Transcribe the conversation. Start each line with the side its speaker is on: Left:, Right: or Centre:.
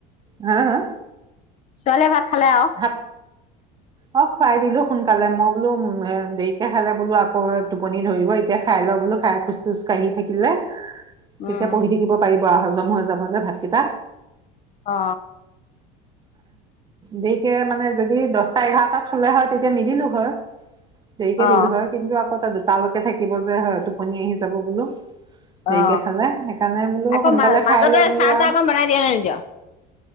Right: হা, হা
Left: ছোৱালীয়ে ভাত, খালে আও
Right: ভাত অ খুৱাই দিলো সোনকালে, মই বোলো দেৰিকে খালে বোলো আকৌ টোপনি ধৰিব, এতিয়া খাই ল বোলো খাই খোজ চোজ কাঢ়ি থাকিলে তেতিয়া
Left: উম
Right: পঢ়ি থাকিব পাৰিব, আৰু হজম হৈ যাব যে ভাতকেইটা
Left: অ
Right: দেৰিকে মানে, যদি দহটা এঘাৰটাত শুলে হয় তেতিয়া নিদিলো হয়। দেৰিকে
Left: অ
Right: দিলোঁ হয়, কিন্তু আকৌ তাত তালৈকে থাকিব যে হয়, টোপনি আহি যাব বোলো দেৰিকে
Left: অ
Right: খালে সেইকাৰণে বোলো
Left: আকৌ
Right: সোনকালে
Left: মা মাজতে
Right: খাই লওঁ বোলো
Left: চাহ তাহ
Right: আৰু।
Left: অকণ বনাই দিয় না নিদিয়